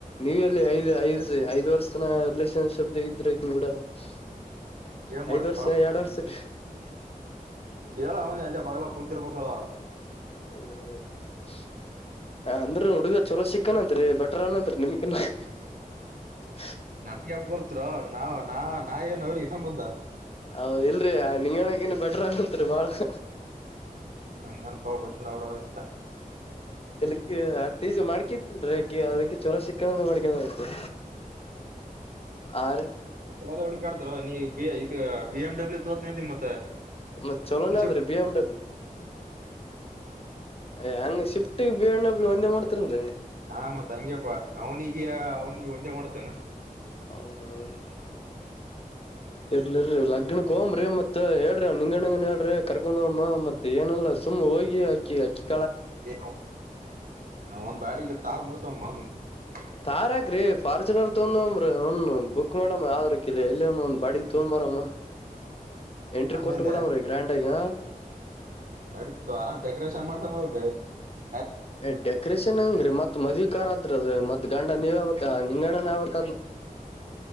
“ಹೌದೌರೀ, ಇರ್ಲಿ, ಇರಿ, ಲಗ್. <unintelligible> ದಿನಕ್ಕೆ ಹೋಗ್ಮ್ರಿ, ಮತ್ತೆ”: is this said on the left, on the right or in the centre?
Left